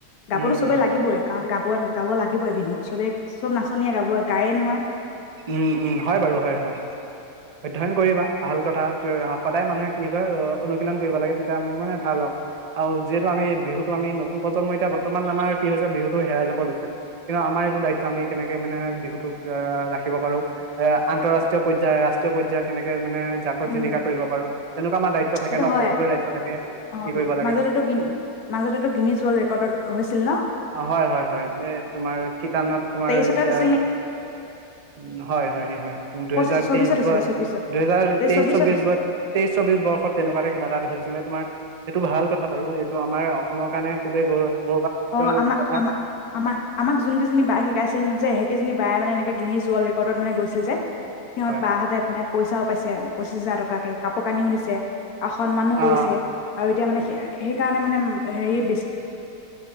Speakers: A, on the left; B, on the right.
A: গাবতো
B: উম
A: চবে
B: উম
A: লাগিবই কাৰণ গাব গাব লাগে লাগিবই বিহুত চবে চব নাচনীয়ে গাবই গায়ে নহয়
B: উম উম হয় বাৰু হয় হয় অধ্যয়ন কৰিবা ভাল কথাটোৱে আ- সদায় মানুহে কি হয় অনুশীলন কৰিব লাগে তেতিয়া মানে ভাল আৰু আৰু যিহেতু আমি বিহুটো আমি নতুন প্ৰজন্মই এতিয়া বৰ্তমান আমাৰ কি হৈছে বিহুটো হেৰাই যাব লৈছে কিন্তু আমাৰ এইটো দায়িত্ব আমি কেনেকে মানে বিহুটোক ৰাখি ৰব পাৰো এ আন্তঃৰাষ্ট্ৰীয় পৰ্যায় ৰাষ্ট্ৰীয় পৰ্যায়ত কেনেকে মানে জাকত
A: উম
B: জিলিকা কৰিব পাৰো তেনেকুৱা আমাৰ দায়িত্ব থাকে
A: সেইটো
B: ন
A: হয়
B: সকলোৰে দায়িত্ব থাকে
A: অ
B: কি কৰিব লাগে
A: মাজত এইটো মাজত এইটো গ্ৰিনিছ ৱৰ্ল্ড ৰেকৰ্ডত হৈছিল ন
B: অ হয় হয় হয় এই তোমাৰ শিতানত তোমাৰ
A: তেইশতে
B: যাজ
A: হৈছিল নেকি
B: উ হয় হয় হয় দুহেজাৰ
A: পঁচিছ চৌবিশত
B: তেইশ
A: হৈছিলে
B: বৰ
A: চৌবিশত
B: দুহেজাৰ
A: তেইছ
B: তেইশ
A: চৌবিশত
B: চৌবিশ
A: হৈছিল
B: বৰ তেইশ চৌবিশ বৰ্ষত তেনেকুৱাতে কিবা এটা হৈছিল এনে তোমাৰ সেইটো ভাল কথা বাৰু এইটো আমাৰ অসমৰ কাৰণে খুবেই গৌৰৱ গৌৰৱান্বিত
A: অ আমাক
B: কথা
A: আমাক আমাক যোন কেইজনী বাই শিকাইছিল যে সেইজনি বাই মানে এনেকে গ্ৰিণিছ ৱৰ্ল্ড ৰেকৰ্ডত মানে গৈছিল যে সিহঁত
B: হয়
A: বাহতে মানে পইচাও পাইছে পঁচিশ হাজাৰ টকাকে কাপোৰ কানিও দিছে আ সন্মানো কৰিছে
B: অ
A: আৰু এতিয়া মানে সি- সেইকাৰণে মানে হেৰিয়ে বেছি